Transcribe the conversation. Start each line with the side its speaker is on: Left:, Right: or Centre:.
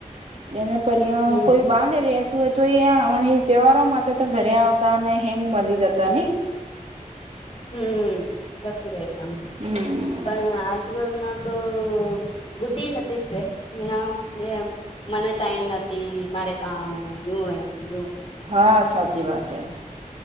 Right: એને પર્યા
Left: હમ
Right: કોઈ બહાર ને રહ્યા તું. તો અં તહેવારો માટે તો ઘરે આવતા અને હેંગ મળી જતા ને.
Left: હમ. સાચું કમ
Right: હમ
Left: પણ આજકાલ ના તો બુ્ધિ નથી સે એ મને ટાઈમ નથી મારે કામ હે. <unintelligible>
Right: હા સાચી વાતે.